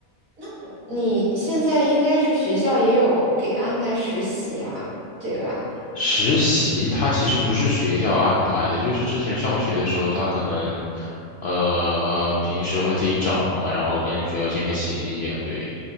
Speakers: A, on the right; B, on the left.
A: 那你现在应该是学校也有给安排实习啊，对吧？
B: 实习它其实不是学校安排的，就是之前上学的时候，他可能，呃，呃平时会自己找啊，然后跟学校签个协议啊，对，